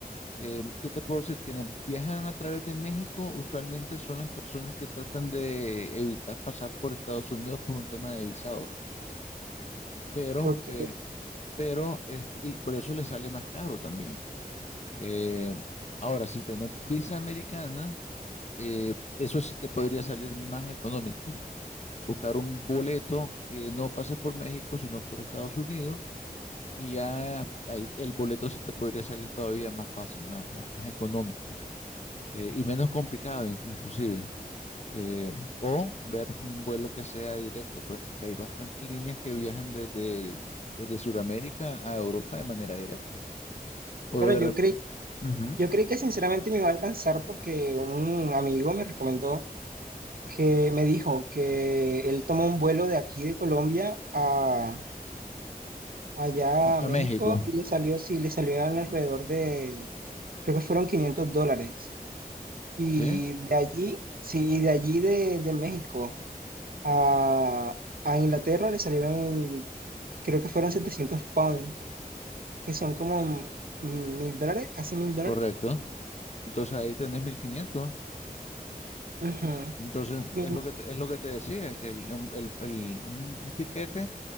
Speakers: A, on the left; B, on the right.
A: Em, ¿qué te puedo decir? Quienes viajan a través de México usualmente son las personas que tratan de evitar pasar por Estados Unidos por un tema de visado, pero,
B: Ok.
A: eh, pero este, y por eso les sale más caro también. Eh, ahora, si tenés visa americana, eh, eso sí te podría salir más económico. Buscar un boleto que no pase por México, sino por Estados Unidos Y ya ahí el boleto sí te podría salir todavía más fácil, más, más, más económico eh, y menos complicado in- inclusive. Eh, o ver un vuelo que sea directo, pues que hay bastantes líneas que viajan desde, desde Sudamérica a Europa de manera directa. O
B: Claro,
A: de
B: yo
A: rep-
B: creí,
A: Ujú,
B: yo creí que sinceramente me iba a alcanzar porque un amigo me recomendó que me dijo que él tomó un vuelo de aquí de Colombia a allá
A: a,
B: a México
A: a México,
B: y le salió, sí, le salió alrededor de, creo que fueron 500 dólares. Y
A: ¿sí?
B: de allí, sí, y de allí de, de México a, a Inglaterra le salieron, en- creo que fueron 700 pounds, que son como mm, mil dólares, casi mil dólares.
A: Correcto. Entonces ahí tenés mil quinientos
B: Ujú.
A: Entonces
B: Mi-
A: es lo que te, es lo que te decía, que el, un- el, el- un tiquete